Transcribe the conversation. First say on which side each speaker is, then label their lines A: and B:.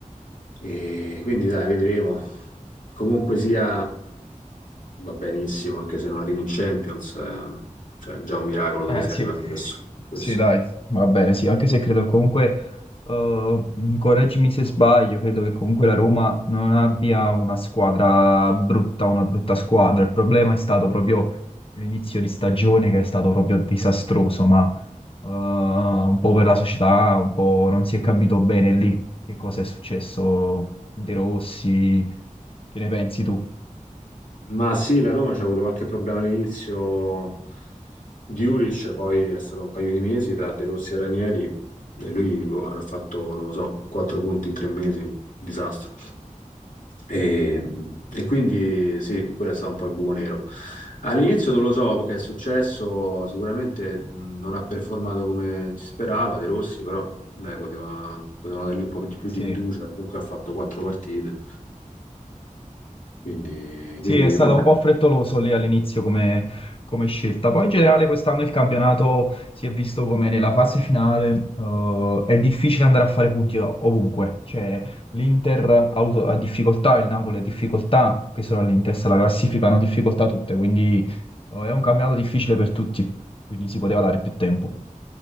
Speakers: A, on the left; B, on the left.
A: E quindi, dai, vedremo. Comunque sia, va benissimo, anche se non arrivi in Champions. eh, cioè, è già un miracolo dove
B: Eh
A: sei
B: sì,
A: arrivato adesso. Questo.
B: sì dai, va bene, sì, anche se credo comunque, eh, correggimi se sbaglio, credo che comunque la Roma non abbia una squadra brutta, una brutta squadra, il problema è stato proprio l'inizio di stagione che è stato proprio disastroso, ma eh, un po' per la società, un po' non si è capito bene lì che cosa è successo, De Rossi, che ne pensi tu?
A: Ma sì, la Roma c'ha avuto qualche problema all'inizio Diuric poi è stato un paio di mesi tra De Rossi e Ranieri e lui boh, avrà fatto, non lo so, quattro punti in tre mesi, disastro. E,
B: Sì,
A: e quindi sì, quello è stato un po' il buco nero. All'inizio non lo so che è successo, sicuramente mh, non ha performato come si sperava De Rossi, però dai, poteva, potevano dargli un po' di più
B: sì.
A: di fiducia, comunque ha fatto quattro partite, quindi,
B: Sì,
A: quindi
B: è stato
A: vabbè,
B: un po' frettoloso lì all'inizio come, come scelta. Poi in generale quest'anno il campionato si è visto come nella fase finale eh, è difficile andare a fare punti ov- ovunque. Cioè l'Inter ha avuto ha difficoltà, il Napoli ha difficoltà, che sono lì in testa alla classifica, hanno difficoltà tutte, quindi eh, è un campionato difficile per tutti, quindi si poteva dare più tempo.